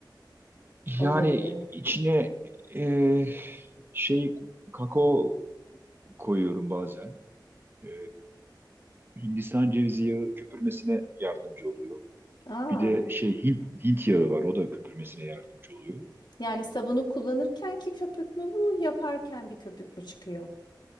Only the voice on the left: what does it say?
Onu
da biliyorum.
Aa,
yani sabunu kullanırken ki köpük mü bu, yaparken bir köpük mü çıkıyor?